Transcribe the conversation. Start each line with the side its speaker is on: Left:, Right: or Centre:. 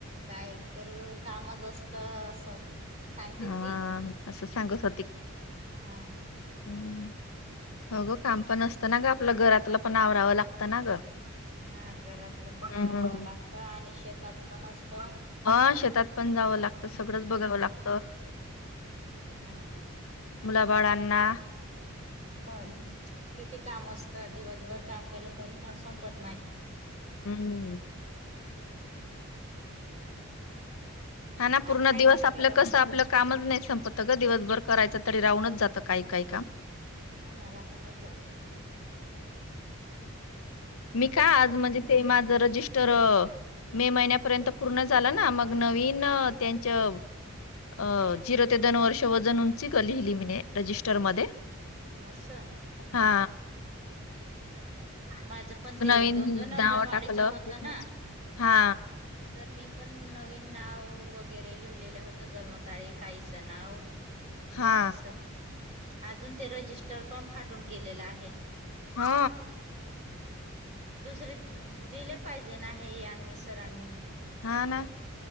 Right: काय करू. कामच असत असं. सांगते
Left: हा
Right: ती
Left: असं सांगत
Right: हां.
Left: हं होग काम पण असतं ना ग आपलं घरातलं पण आवरावं लागतं ना ग
Right: हा घरातलं पण
Left: हम्म.
Right: आवरावं लागत आणि शेतात पण असतं.
Left: मग शेतात पण जावं लागतं सगळंच बघावं लागत.
Right: हं
Left: मुलाबाळांना-
Right: मग किती काम असतं दिवसभर काम केलं तरी मला संपत नाही.
Left: हम्मम
Right: <unintelligible>
Left: हा ना पूर्ण
Right: आज काय
Left: दिवस
Right: काम
Left: आपलं
Right: केलं
Left: कसं
Right: मग
Left: आपलं कामच नाही संपत ग दिवसभर करायचं तरी राहूनच जातं काय काय काम
Right: हा ना राहूनच जात
Left: मी का आज म्हणजे ते माझ रजिस्टर मे महिन्यापर्यंत पूर्ण झालं ना मग नवीन त्यांच अ जिरो ते दोन वर्ष वजन उंची ग लिहिलीि मी रजिस्टर मध्ये
Right: असं
Left: हा
Right: माझ पण ते
Left: नवीन
Right: दोन दोन अंगणवाडीच
Left: नाव टाकलं
Right: होतं ना
Left: हा
Right: तर मी पण नवीन नाव वगैरे लिहिलेलं होतं जन्मतारी काईचं नाव
Left: हा
Right: असं अजून ते रजिस्टर पंप फाटून गेलेलं आहे
Left: हा
Right: दुसरे दिले पाहिजे नाही यांनी सरांनी
Left: हा ना